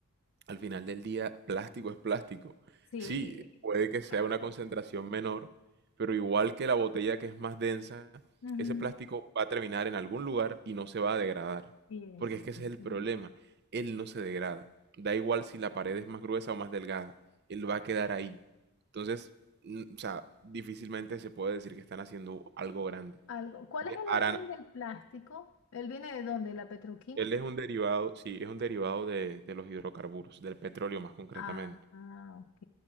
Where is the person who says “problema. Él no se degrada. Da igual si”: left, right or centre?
Right